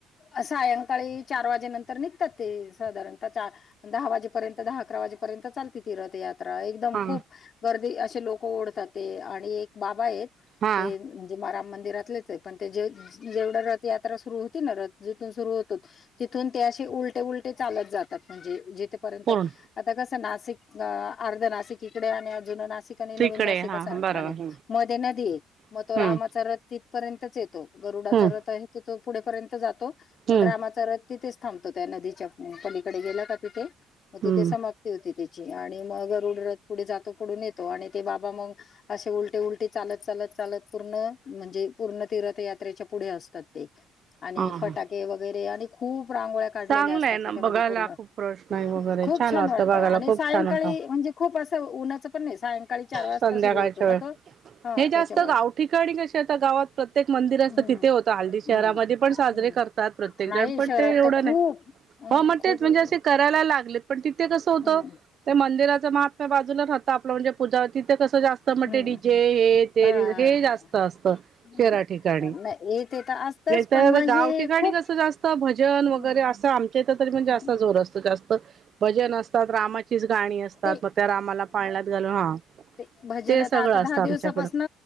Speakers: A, on the left (about 45°); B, on the right (about 45°).
A: अ सायंकाळी चार वाजे नंतर निघतात ते, साधारणतः चार दहा वाजेपर्यंत, दहा अकरा वाजेपर्यंत चालते ती रथ यात त्रा, एकदम
B: हा
A: खूप गर्दी असे लोक ओढतात ते, आणि एक बाबा येत.
B: हा
A: ते म्हणजे राम मंदिरातलेच आहे. पण ते जे जेवढं रथ यात्रा सुरु होती ना रथ जिथून सुरु होतो. तिथून ते असे उलटे उलटे चालत जातात. म्हणजे जिथपर्यंत
B: पूर्ण
A: आता कसं नाशिक, अ अर्ध नाशिक इकडे ये आणि जुन नाशिक नवीन
B: तिकडे
A: नाशिक
B: हा
A: अस आणि
B: बरोबर
A: मध्ये नदी आहे मग
B: हम्म
A: तो रामाचा रथ तिथपर्यंतच येतो. गरुडाचा
B: हम्म
A: रथ आहे तो पुढेपर्यंत जातो पण
B: हम्म
A: रामाचा
B: हम्म
A: रथ तिथच थांबतो त्या नदीच्या पलीकडे गेलं का तिथे मग तिथे
B: हम्म
A: समाप्त ती होती त्याची मग गरुड रथ पुढे जातो पुढून येतो आणि ते बाबा मग असे उलटे उलटे चालत चालत चालत पूर्ण म्हणजे पूर्ण ते रथयात्रेच्या पुढे असतात ते आणि
B: हा हा
A: फटाके वगैरे आणि खू खूप रांगोळ्या काढलेल्या
B: चांगलं
A: असतात
B: आहे ना
A: त्याच्या म्हणजे
B: बघायला
A: पूर्ण
B: खूप प्रश्न वगैरे
A: खूप छान वाटतं
B: बघायला
A: आणि
B: खूप
A: सायंकाळी
B: छान वाटतं
A: म्हणजे खूप असं उन्हाचं पण नाही सायंकाळी चार वाजता
B: संध्याकाळच्या
A: सुरू होतो
B: वेळ
A: न तो हा
B: हे जास्त
A: त्याच्यामुळे
B: गाव ठिकाणी कशे आता गावात प्रत्येक मंदिर असतं
A: हम्म
B: तिथे होतं हल्ली शहरामध्ये
A: हम्म
B: पण साजरे
A: हम्म
B: कर तात प्रत्येक
A: नाही
B: जण पण
A: शहरात
B: ते एवढं
A: तर खूप
B: नाही
A: हम्म
B: हो मंग
A: खूप
B: तेच म्हणजे
A: होते
B: असे करायला लागलेत पण तिथे कस होत
A: हम्म
B: त्या मंदिराचा बाजूला राहत आपलं म्हणजे पूजा तिथे कसं जास्त
A: हम्म
B: डीजे हे ते
A: हा हा
B: हे जास्त
A: हा
B: असत
A: हम्म.
B: शहरा ठिकाणी
A: नाही येते तर असतच
B: त्या
A: पण मग
B: गाव
A: हे
B: ठिकाणी
A: खूप
B: कसं जास्त भजन वगैरे
A: हम्म
B: असं आमच्या इथं तरी पण जास्त
A: हम्म
B: जोर असतो जास्त भजन असतात रामाचीच गाणी असतात
A: ते
B: मग त्या रामाला पाळण्यातत घालून हा
A: ते भजन
B: ते
A: आहे
B: सगळं
A: आता
B: असतं
A: दहा दिवसापासन
B: आमच्याकडं